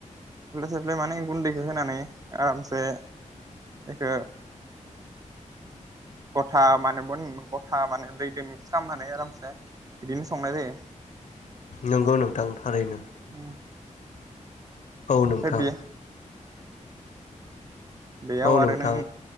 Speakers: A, on the right (about 25°); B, on the left (about 70°).
A: सेफ्ले माने गुन्दैखौ होनानै आरामसे बेखौ गथा माने ब गथा माने दैजों मिक्स खालामनानै आरामसे बिदिनो संनाय जायो
B: नंगौ नोंथां थारैनो
A: <inaudible>
B: औ नोंथां
A: ओमफाय बे बेयाव
B: औ
A: आरो
B: नोंथां
A: नों